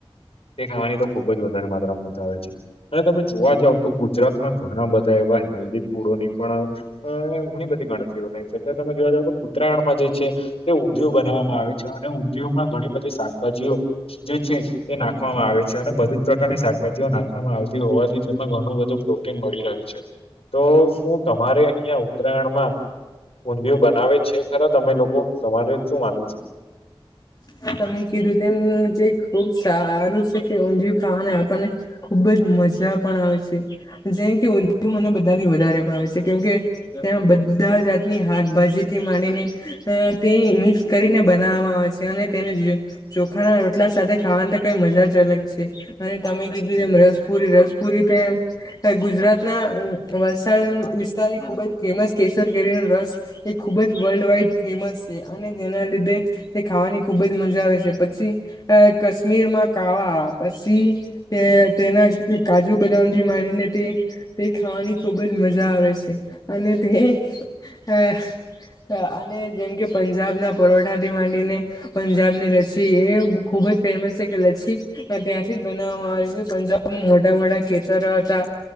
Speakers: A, on the left (about 70°); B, on the left (about 40°).
A: તે ખાવાની તો ખુબ જ વધારે માત્રામાં મજા આવે છે. અને તમે જોવા જાવ તો ગુજરાતમાં ઘણાં બધાં એવા હેલ્ધી ફૂડોની પણ અ ઘણી બધી ગણતરીઓ થાય છે અત્યારે તમે જોવા જા તો ઉત્તરાયણમાં જે છે તે ઊંધિયું બનાવવામાં આવે છે અને ઊંધિયુંમા ઘણી બધી શાકભાજીઓ જે છે એ નાખવામાં આવે છે અને બધી જ પ્રકારની શાકભાજીઓ નાખવામાં આવતી હોવાથી તેમાં ઘણું બધું પ્રોટીન મળી રહ્યું છે. તો શું તમારે અહીયાં ઉત્તરાયણમાં ઊંધિયું બનાવે છે ખરા તમે લોકો તમારે શું માનવું છે.
B: હા તમે કીધું તેમ જે ખુબ સારું સ જે કે ઊંધિયું ખાવાને આપણને ખુબ જ મજા પણ આવે છે. જેમ કે ઊંધિયું મને બધાં થી વધારે ભાવે છે કેમકે ત્યાં બધા જાતની શાકભાજીથી માંડીને તે મિક્સ કરીને બનાવામાં આવે છે અને તેને ચોખાના રોટલા સાથે ખાવાની તો કઈ મજા જ અલગ છે. અને તમે કીધું છે એમ રસપુરી, રસપુરી તે અ ગુજરાતના વલસાડ વિસ્તારની ખુબ જ ફેમસ કેસર કેરીનો રસ એ ખુબ જ વર્લ્ડ વાઈડ ફેમસ છે અને જેના લીધે તે ખાવાની ખુબ જ મજા આવે છે પછી કશ્મીર માં કાવા પછી તે તેના કાજુ બનાવથી માણીને તે તે ખાવાની ખુબ જ મજા આવે છે. અને તે અને જેમ કે પંજાબ ના પરોઠા તે માંડીને પંજાબની લસ્સી એ ખુબ જ ફેમસ છે કે લસ્સી હ ત્યાંથી જ બનાવવામાં આવે છે પંજાબ મોટાં મોટાં ખેતરો હતા